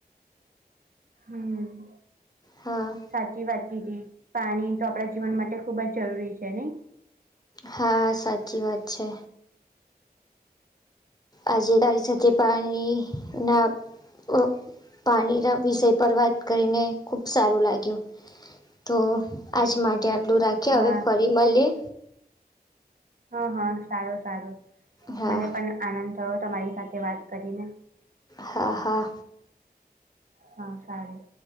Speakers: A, on the right; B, on the left.
A: હમ
B: હા.
A: સાચી વાત કીધી પાણી તો આપડા જીવન માટે ખુબ જ જરૂરી છે નઈ?
B: હા સાચી વાત છે. આજે તારી સાથે પાણી ના પ પાણીના વિષય પર વાત કરીને ખુબ સારું લાગ્યું. તો આજ માટે
A: હા
B: આટલું રાખીએ
A: હા
B: હવે ફરી મળીયે
A: હા હા સારું સારું
B: હા
A: મને પણ આનંદ થયો તમારી સાથે વાત કરીને.
B: હા હા
A: હા સારી